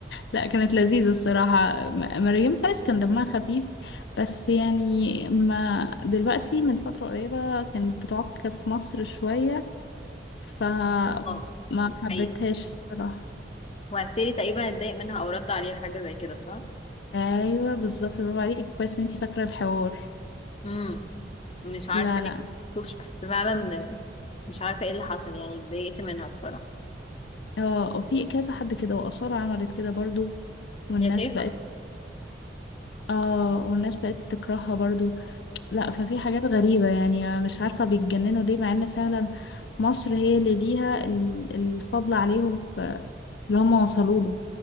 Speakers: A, on the left; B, on the left.
A: لا كانت لذيذة الصراحة م- مريم فارس كان دمها خفيف بس يعني ما دلوقتي من فترة قريبة كانت بتعك في مصر شوية فما
B: اه <laughs> دي
A: حبيتهاش
B: حقيقة.
A: الصراحة
B: وعسيري تقريبا اتضايق منها او رد عليها حاجه زي كده صح؟
A: أيوة بالظبط برافو عليكي كويس إن انتي فاكرة الحوار
B: امم مش عارفة
A: لا لا
B: ليه مكتوبش بس فعلا مش عارفة ايه اللي حصل يعني اتضايقت منها بصراحة
A: اه وفي كذا حد كده وأصالة عملت كده برضو والناس
B: يا شيخة
A: بقت اه والناس بقت تكرهها برضو لا ففي حاجات غريبة يعني مش عارفة بيتجننوا ليه مع ان فعلا مصر هي اللي ليها ال- الفضل عليهم في اللي هم وصلوا له